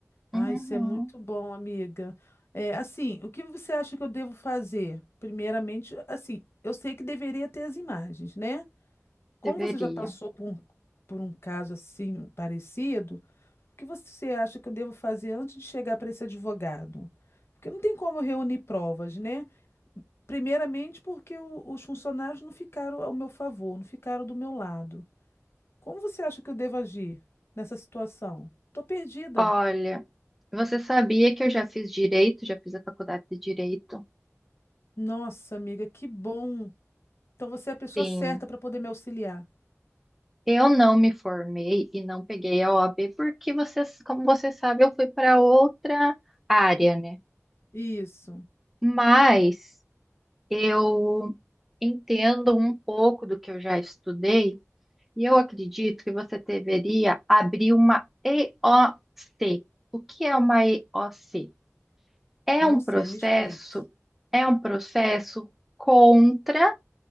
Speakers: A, on the left; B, in the centre.
A: Ai,
B: Uhum,
A: isso é muito bom, amiga. É, assim, o que você acha que eu devo fazer? Primeiramente, assim, eu sei que deveria ter as imagens, né? Como
B: deveria.
A: você já passou por um, por um caso assim parecido, O que você acha que eu devo fazer antes de chegar para esse advogado? Porque não tem como eu reunir provas, né? Primeiramente, porque o- os funcionários não ficaram ao meu favor, não ficaram do meu lado. Como você acha que eu devo agir nessa situação? Tô perdida.
B: Olha. Você sabia que eu já fiz direito, já fiz a faculdade de direito?
A: Nossa, amiga, que bom. Então você é a pessoa
B: Sim.
A: certa para poder me auxiliar.
B: Eu não me formei e não peguei a OAB porque você, como você sabe, eu fui para outra área, né?
A: Isso.
B: Mas eu entendo um pouco do que eu já estudei e eu acredito que você deveria abrir uma EOC. O C. O que é uma EOC? É
A: Não
B: um processo,
A: sei, me explique.
B: é um processo contra